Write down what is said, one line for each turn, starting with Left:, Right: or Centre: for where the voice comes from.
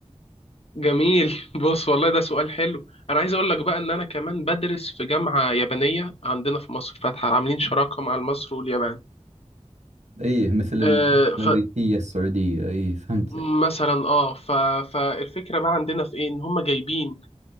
Left: جميل بص والله ده سؤال حلو انا عايز اقول لك بقى ان انا كمان بدرس في جامعة يابانية عندنا في مصر فاتحة عاملين شراكة مع مصر واليابان
Right: اي مثل ال-
Left: آه
Right: الأمريكية السعودية اي فهمتك
Left: فمثلا اه ف... فالفكرة بقى عندنا في ايه ان هم جايبين